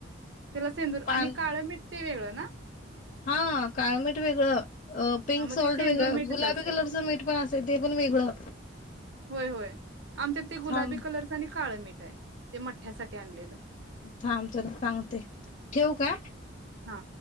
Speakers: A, on the right; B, on the left.
A: त्याला सैंधव
B: पान
A: आणि काळं मीठ ते वेगळं ना?
B: हा काळ मीठ वेगळं अ पिंक
A: हां मग
B: सॉल्ट
A: ते सेंदूर
B: वेगळं,
A: मीठच
B: गुलाबी
A: असल.
B: कलरचं मीठ पण असतयं ते पण वेगळं.
A: होय होय, आमच्यात ते गुलाबी
B: थांब
A: कलरच आणि काळं मीठ हाय ते मठ्ठयासाठी आणलेलं.
B: थांब चल सांगते ठेवू काय?
A: हा